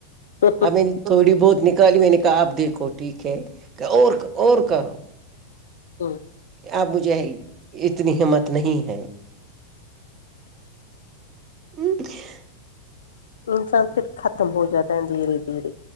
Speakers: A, on the left; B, on the right.
A: ٹھیک
B: اب ان تھوڑی بہت نکالی میں نے کہا آپ دیکھو ٹھیک ہے اور اور کرو
A: ہ
B: اب مجھے اتنی ہمت نہیں ہے <inaudible>
A: انسان فیر ختم ہو جاتا ہے دھیرے دھیر